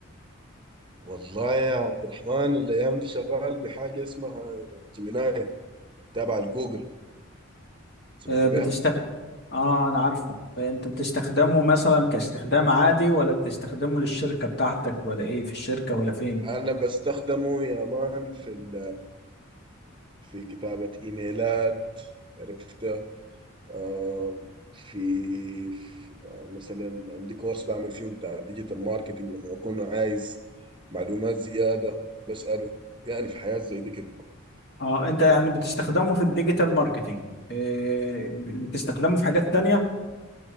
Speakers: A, on the right; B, on the left.
A: والله يا عبد الرحمن الايام دي شغال بحاجة اسمها جيميناي تابع لجوجل سمعت
B: اه بتستخدم
A: بيها؟
B: اه انا عارفه انت بتستخدمه مثلا كاستخدام عادي ولا بتستخدمه للشركة بتاعتك ولا ايه في الشركة ولا فين؟
A: انا بستخدمه يا مان في ال... في كتابة ايميلات عرفته آه في في- آه مثلا عندي كورس بعمل فيه بتاع ديجيتال ماركتينج لما اكون عايز معلومات زيادة بسأله يعني في حياة زي دي كده
B: اه انت يعني بتستخدمه في الديجيتال ماركتينج إيه بتستخدمه في حاجات تانية؟